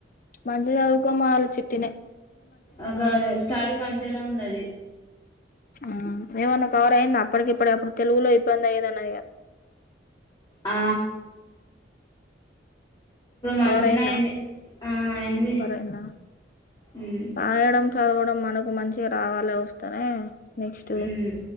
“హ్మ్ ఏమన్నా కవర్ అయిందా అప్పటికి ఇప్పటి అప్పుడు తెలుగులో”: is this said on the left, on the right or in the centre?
Left